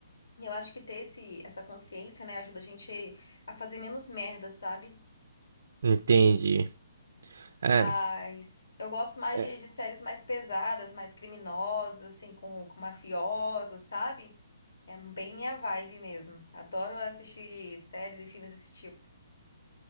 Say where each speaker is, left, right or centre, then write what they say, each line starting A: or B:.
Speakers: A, on the left; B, on the right.
A: eu acho que ter esse, essa consciência, né, ajuda a gente a fazer menos merda, sabe?
B: entendi. É.
A: Mas eu gosto mais
B: é,
A: de, de séries mais pesadas, mais criminosas, assim, com, com mafiosos, sabe? É bem minha vibe mesmo. Adoro assistir séries e filmes desse tipo.